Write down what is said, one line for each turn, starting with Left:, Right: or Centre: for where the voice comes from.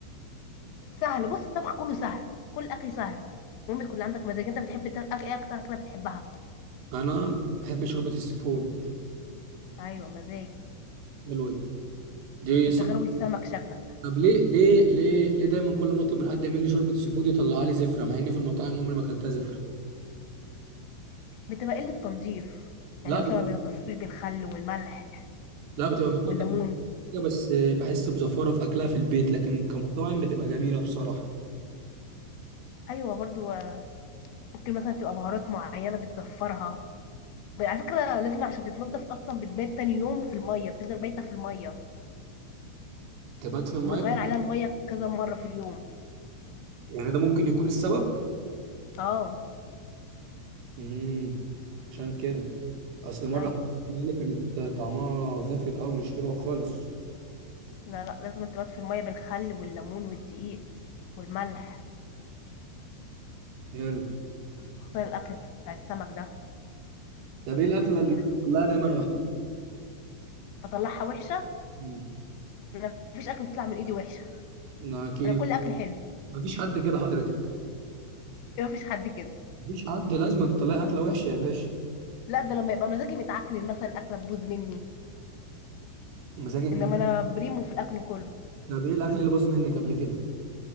Left: سهل بص الطبخ كله سهل كل الاكل سهل المهم يكون عندك مزاج انت بتحب تا- أك- ايه اكتر اكلة بتحبها
Right: انا بحب شوربه السيفود
Left: ايوه مزاج
Right: حلوه دي دي
Left: انت
Right: صح.
Left: غاوي سمك شكلك
Right: طب ليه ليه ليه ليه دايما كل ما اطلب من حد يعمل لي شوربه سيفود يطلع لي زفره مع اني في المطاعم عمري ما اكلتها زفره
Left: بتبقى قلة تنظيف
Right: لا
Left: يعني مثلا
Right: بيبقى
Left: ما بينضفوش بالخل والملح
Right: لا بتبقى متنضفه
Left: والليمون
Right: كده بس بحس بزفاره في اكلها في البيت لكن كمطاعم بتبقى جميله بصراحه
Left: ايوه برضو آه، ممكن مثلا تبقى بهارات معينة بتزفرها ب- على فكرة لازم عشان تتنضف اصلا بتبات تاني يوم في المية بتفضل بايتة في المية
Right: تبات في الميه
Left: وبتغير عليها المية كذا مرة في اليوم
Right: يعني ده ممكن يكون السبب
Left: اه
Right: امم عشان كده اصل مره
Left: ايوه
Right: اللي كانت طعمها زفر قوي مش حلوه خالص
Left: لا لا لازم تبات في المية بالخل والليمون والدقيق والملح
Right: حلو
Left: خصوصا الأكل بتاع السمك ده
Right: طب ايه الاكله
Left: يعني
Right: اللي بتطلعها دايما وحشه
Left: بطلعها وحشة
Right: مم.
Left: ما فيش أكل بتطلع من إيدي وحشة
Right: ما كيف
Left: أنا كل أكل حلو
Right: مفيش حد كده حضرتك
Left: ما فيش حد كده
Right: مفيش حد لازم تطلعي اكله وحشه يا باشا
Left: لا ده لما يبقى مزاجي متعكن مثلا الأكلة تبوظ مني
Right: مزاجك مت...
Left: إنما أنا بريمو في الأكل كله
Right: طب ايه الاكل اللي باظ منك قبل كده